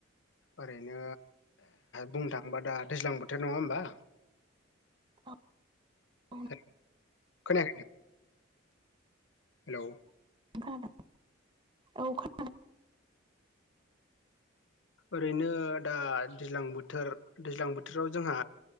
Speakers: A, on the left; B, on the right.
A: ओरैनो बुंनो थाङोबा दा दैज्लां बोथोर नङा होमबा?
B: औ औ
A: खोन खोन हेलौ
B: खोनादों औ खोना
A: ओरैनो दा दैज्लां बोथोर दैज्लां बोथोराव जोंहा